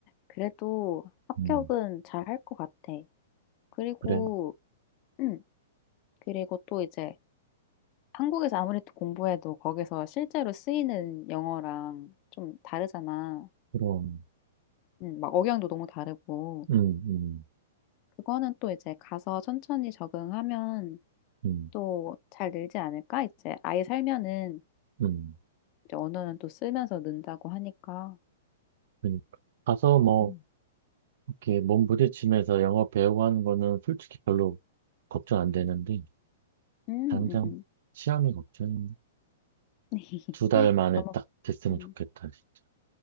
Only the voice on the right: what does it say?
음,
그래.
그럼.
음, 음,
음,
음.
그러니까. 가서 뭐,
이렇게 몸 부딪히면서 영어 배우고 하는 거는 솔직히 별로 걱정 안 되는데,
당장
시험이 걱정.
두 달 만에
딱 됐으면
좋겠다, 진짜.